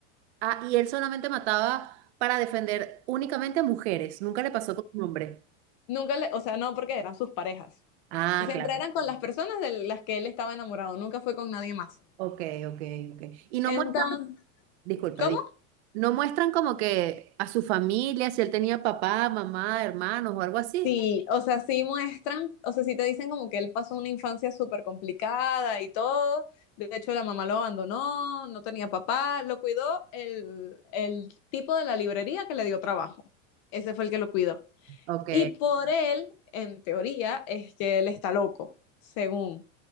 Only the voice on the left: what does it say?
Nunca le, o sea, no, porque eran sus parejas.
Siempre
eran con las personas de las que él estaba enamorado, nunca fue con nadie más.
Entonces,
¿cómo?
Sí, o sea, sí muestran, o sea, sí te dicen como que él pasó una infancia súper complicada y todo. De hecho, la mamá lo abandonó, no tenía papá, lo cuidó el, el tipo de la librería que le dio trabajo. Ese fue el que lo cuidó.
Y por él, en teoría, es que él está loco, según.